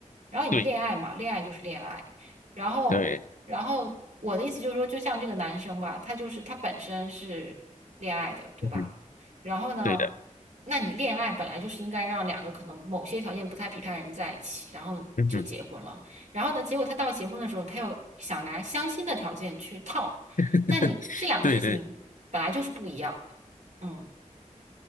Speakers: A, on the right; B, on the left.
A: 然后你恋爱嘛，
B: 对，
A: 恋爱就是恋爱。然后，
B: 对，
A: 然后我的意思就是说，就像这个男生吧，他就是他本身是恋爱的，对吧？
B: 嗯哼，
A: 然后呢，
B: 对的，
A: 那你恋爱本来就是应该让两个可能某些条件不太匹配的人在一起，然后就结婚了。
B: 嗯哼。
A: 然后呢，结果他到结婚的时候，他又想拿相亲的条件去套，
B: <laughs>
A: 那你这两个事情本来就是不一样的。
B: 对对，
A: 嗯，